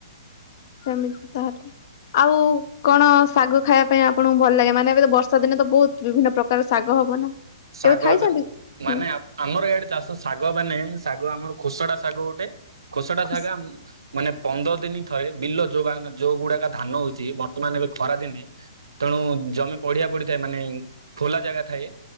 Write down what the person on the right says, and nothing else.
ଶାଗ
ଏବେ ମାନେ
ଆ ଆମର ଏଇଆଡେ ଚାଷ ଶାଗ ମାନେ ଶାଗ ଆମର ଖୋସଡା ଶାଗ ଗୋଟେ ଖୋସଡା
ଶାଗ ଆମ - ମାନେ ପନ୍ଦର ଦିନ ଥରେ ବିଲ ଯୋଉବାହାନା ଯୋଉ ଗୁଡାକ ଧାନ ହଉଛି ବର୍ତ୍ତମାନ ଏବେ ଖରାଦିନେ ତ ତେଣୁ ଜମି ପଢିଆ ପଡିଥାଏ ମାନେ ଖୋଲା ଜାଗା ଥାଏ